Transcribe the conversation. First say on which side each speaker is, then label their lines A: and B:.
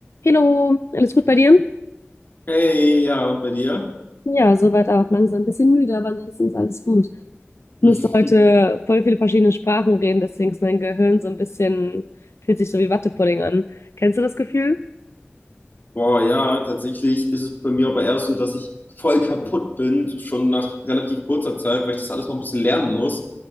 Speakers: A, on the left; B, on the left.
A: Hallo, alles gut bei dir?
B: Hey, ja, und bei dir?
A: Ja, soweit auch. Langsam ein bisschen müde, aber ansonsten ist alles gut. Ich
B: <laughs>
A: musste heute voll viele verschiedene Sprachen reden, deswegen ist mein Gehirn so ein bisschen, fühlt sich so wie Wattepudding an. Kennst du das Gefühl?
B: Boah, ja, tatsächlich ist es bei mir aber erst so, dass ich voll kaputt bin, schon nach relativ kurzer Zeit, weil ich das alles noch ein bisschen lernen muss.